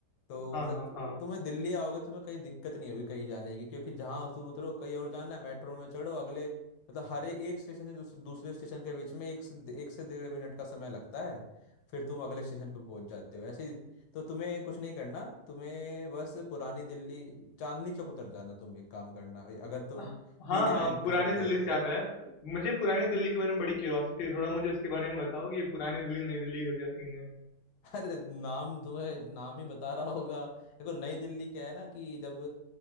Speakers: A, on the left (about 75°); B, on the left (about 50°).
A: तो
B: हाँ,
A: मतलब
B: हाँ,
A: तु-
B: हाँ।
A: तुम्हें दिल्ली आओगे तो तुम्हें कहीं दिक्कत नहीं होगी कहीं जाने की क्योंकि जहाँ तुम उतरो कहीं और जाना है मेट्रो में चढ़ो अगले मतलब हर ए- एक स्टेशन से दूस, दूसरे स्टेशन के बीच में एक से एक से डेढ़ मिनट का समय लगता है फिर तुम अगले स्टेशन पर पहुंच जाते हो ऐसे ही तो तुम्हें कुछ नहीं करना तुम्हें बस पुरानी दिल्ली चांदनी चौक उतर जाना तुम एक काम करना अगर तुम
B: अह, हाँ,
A: पीले
B: हाँ,
A: लाइन
B: पुरानी
A: पे चढ़ते
B: दिल्ली
A: हो
B: से याद आया। मुझे पुरानी दिल्ली के बारे में बड़ी क्यूरियोसिटी है, थोड़ा मुझे इसके बारे में बताओ कि ये पुरानी दिल्ली, नई दिल्ली का क्या सीन है?
A: <laughs> अरे नाम तुम्हें नाम ही बता रहा होगा देखो नई दिल्ली क्या है ना कि जब